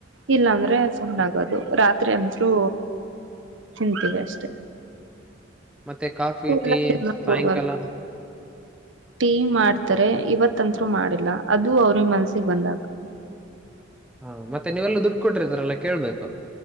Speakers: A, on the right (about 75°); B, in the centre.
A: ಇಲ್ಲಾಂದ್ರೆ ಸುಮ್ನ ಆಗೋದು ರಾತ್ ರಾತ್ರಿ ಅಂತು ತಿಂತೀವಿ ಅಷ್ಟೆ.
B: ಮತ್ತೆ ಕಾಫಿ ಟೀ
A: ಎಲ್ಲ ತಿನ್ನಕ್
B: ಸಾಯಂಕಾಲ.
A: ಹೋಗಲ್ಲ ಟೀ ಮಾಡ್ತಾರೆ ಇವತಂತು ಮಾಡಿಲ್ಲ ಅದು ಅವ್ರಿಗ್ ಮನ್ಸಿಗ್ ಬಂದಾಗ.
B: ಹಾ ಮತ್ತೆ ನೀವೆಲ್ಲ ದುಡ್ಡು ಕೊಟ್ಟ್ರಿದ್ರಲ್ಲ ಕೇಳ್ಬೇಕು.